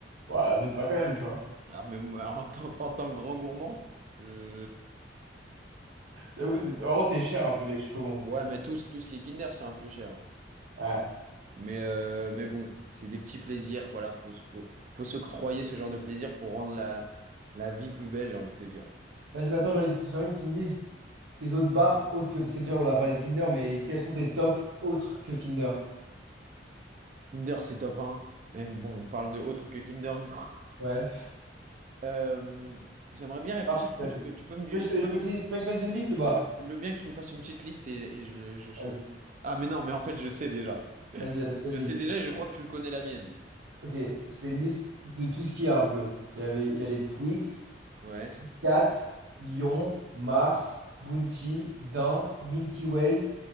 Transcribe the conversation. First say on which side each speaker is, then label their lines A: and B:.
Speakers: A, on the right; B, on the right.
A: Ouais, abuse pas quand même, tu vois.
B: Ah, mais moi, <laughs> en tant, en tant que grand gourmand, euh,
A: J'avoue, c'est... En gros, c'est cher un peu les chocobons.
B: ouais, mais tout, tout ce qui est Kinder, c'est un peu cher. hein.
A: Ouais.
B: Mais, euh, mais bon, c'est des petits plaisirs. Voilà, faut, se- faut, faut s'octroyer ce genre de plaisir pour rendre la, la vie plus belle, j'ai envie de te dire.
A: Vas-y, maintenant, j'ai envie, j'ai envie que tu me dises tes autres bars autres que. Parce que déjà, on a parlé de Kinder, mais quels sont tes tops autres que Kinder?
B: Kinder, c'est top 1. Mais bon, on parle de autre que Kinder, du coup.
A: Ouais.
B: Euh, j'aimerais bien réfléchir.
A: Bars, je sais
B: Est-ce
A: pas,
B: que tu
A: tu
B: peux, tu peux me, du-
A: veux que je
B: tu
A: te-
B: peux
A: tu
B: me-
A: veux que je tu veux que je fasse une liste ou pas?
B: je, je veux bien que tu me fasses une petite liste et, et je, je choisis.
A: Vas-y,
B: Ah, mais non, mais en fait, je sais déjà.
A: vas-y, attends, je fais une
B: Je
A: liste.
B: sais déjà et je crois que tu connais la mienne.
A: Ok, je fais une liste de tout ce qu'il y a un peu. Il y avait, il y a les Twix,
B: Ouais.
A: Cat, Lion, Mars, Bounty, Daim, Milky Way,